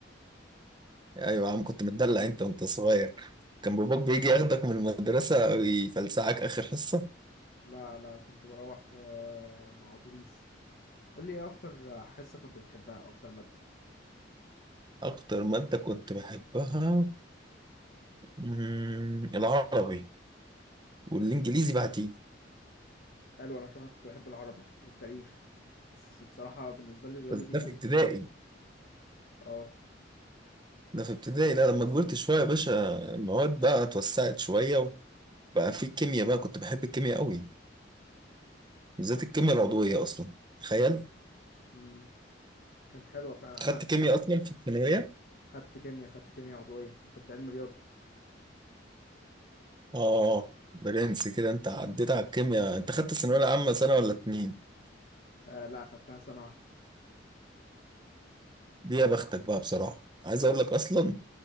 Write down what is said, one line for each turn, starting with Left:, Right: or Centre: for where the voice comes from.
Right: ايوه يا عم كنت متدلع انت وانت صغير كان باباك بيجي ياخدك من المدرسة ويفلسعك اخر حصة
Left: لا لا كنت بروح في مع أتوبيس قول لي إيه أكتر حصة كنت بتحبها أكتر مادة
Right: اكتر مادة كنت بحبها مم، العربي والانجليزي بعدين
Left: حلو أنا كمان كنت بحب العربي والتاريخ بس بصراحة بالنسبة لي الرياضة
Right: بس
Left: دي
Right: ده
Left: كانت
Right: في ابتدائي
Left: آه
Right: ده في ابتدائي لا لما كبرت شوية يا باشا المواد بقى اتوسعت شوية وبقى في كيمياء بقى كنت بحب الكيمياء قوي بالذات
Left: أنا كنت
Right: الكيمياء العضوية اصلا تخيل
Left: مم، كانت حلوة فعلا أنا
Right: خدت كيمياء
Left: كنت
Right: اصلا في الثانويه
Left: خدت كيمياء خدت كيمياء عضوية كنت علم رياضة
Right: اه آه، آه. برنس كده انت عديت على الكيمياء انت خدت الثانويه العامه سنه ولا اتنين
Left: آه لا خدتها سنة واحدة
Right: دي يا بختك بقى بصراحه عايز اقول لك اصلا